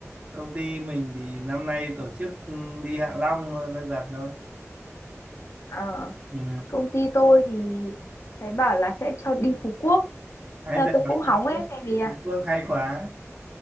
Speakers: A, on the right; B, on the left.
A: công ty mình thì năm nay tổ chức ừ, đi Hạ Long thôi, nó gần thôi
B: Ờ,
A: ừ.
B: công ty tôi thì thấy bảo là sẽ cho đi Phú Quốc.
A: ái
B: Nên là
A: ra
B: tôi
A: là
B: cũng
A: Phú
B: hóng ấy
A: Quốc
B: tại vì à,
A: Phú Quốc hay quá